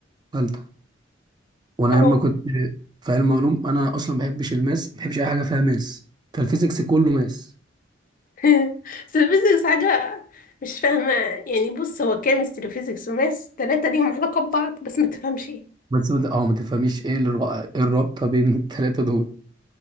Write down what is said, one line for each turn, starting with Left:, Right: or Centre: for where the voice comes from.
Right: ثالثة وانا
Left: أو.
Right: لما كنت في علم علوم انا اصلا ما بحبش الماس ما بحبش اي حاجة فيها ماس فالفيزيكس كله ماس
Left: <laughs> بس الفيزيكس حاجه مش فاهمه يعني بص هو كيمستري وفيزيكس وماس تلاتة ليهم علاقه ببعض بس ما تفهمش ايه
Right: بس بت- اه ما تفهميش ايه الر- إيه الرابطه بين الثلاثه دول